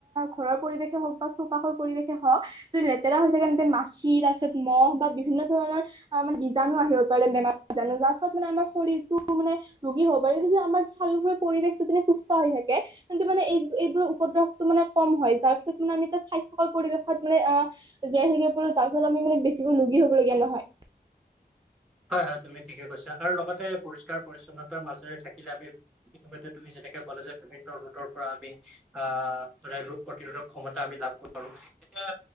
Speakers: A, on the right; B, in the centre.
A: ঘৰৰ পৰিৱেশে হওঁক বা চৌপাশৰ পৰিৱেশে হওঁক যদি লেতেৰা হৈ থাকে। তেন্তে মাখি তাৰপিছত মহ বা বিভিন্ন। ধৰণৰ অ মানে বীজণু আহিব পাৰে। বেমাৰ বীজাণু যাৰ ফলত মানে আমাৰ শৰীৰতো মানে ৰোগী হ'ব পাৰে। এই যে, আমাৰ চাৰিওফালে পৰিৱেশ টো যেনে সুস্থ হৈ থাকে তেন্তে মানে এই এইবোৰৰ উপদ্ৰহটো মানে। কম হয়। যাৰ ফলত মানে আমি এটা স্বাস্থ্যকৰ পৰিৱেশত মানে জীয়াই থাকিব পাৰো। যাৰ ফলত আমি মানে বেছিকৈ। ৰোগী হ'বলগীয়া নহয়।
B: <unintelligible> হয়, হয় তুমি ঠিকে কৈছা। আৰু লগতে পৰিষ্কাৰ পৰিচ্ছন্নতাৰ মাজেৰে থাকিলে আমি ইতিম্যে তুমি। তেনেকে ক'লে যে বিভিন্ন ৰোগৰ পৰা আমি আহ মানে ৰোগ প্ৰতিৰোধক ক্ষমতা আমি লাভ কৰিব পাৰো। এতিয়া